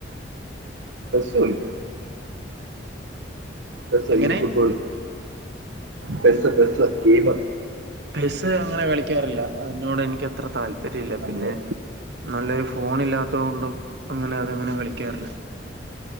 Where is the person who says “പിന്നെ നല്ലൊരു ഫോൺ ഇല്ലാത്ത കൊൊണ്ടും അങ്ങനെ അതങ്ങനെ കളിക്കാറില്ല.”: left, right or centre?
Right